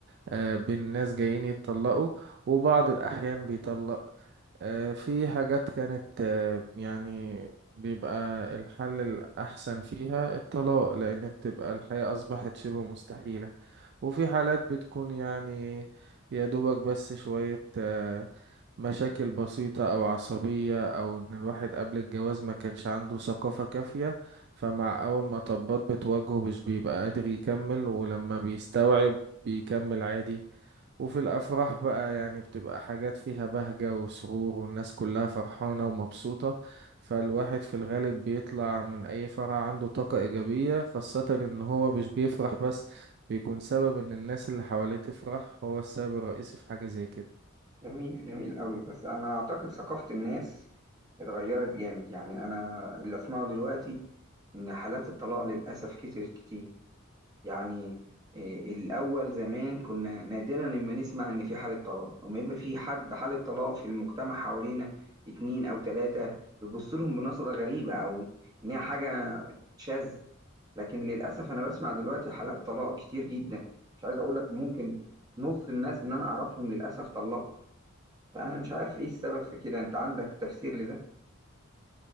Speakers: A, on the right (about 55°); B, on the right (about 20°).
A: آه، بين ناس جايين يتطلقوا وبعض الاحيان بيطلق آه، في حاجات كانت آه، يعني بيبقى الحل الاحسن فيها الطلاق لان بتبقى الحياة اصبحت شبه مستحيلة وفي حالات بتكون يعني يا دوبك بس شوية آه، مشاكل بسيطة أو عصبية أو إن الواحد قبل الجواز ما كانش عنده ثقافة كافية فمع أول ما طبات بتواجهه مش بيبقى قادر يكمل ولما بيستوعب بيكمل عادي وفي الأفراح بقى يعني بتبقى حاجات فيها بهجة وسرور والناس كلها فرحانة ومبسوطة فالواحد في الغالب بيطلع من أي فرح عنده طاقة إيجابية خاصة إن هو مش بيفرح بس بيكون سبب إن الناس اللي حواليه تفرح هو السبب الرئيسي في حاجة زي كده
B: جميل جميل قوي بس انا اعتقد ثقافة الناس اتغيرت جامد يعني انا اللي اسمعه دلوقتي ان حالات الطلاق للاسف كترت كتير يعني إيه، الاول زمان كنا نادرا لما نسمع ان في حالة طلاق لما يبقى في حد حالة طلاق في المجتمع حوالينا اتنين او تلاتة بيبص لهم بنظرة غريبة او ان هي حاجة شاذة لكن للاسف انا بسمع دلوقتي حالات طلاق كتير جدا مش عايز اقول لك ممكن نص الناس اللي انا اعرفهم للاسف طلاق فأنا مش عارف إيه السبب في كده أنت عندك تفسير لده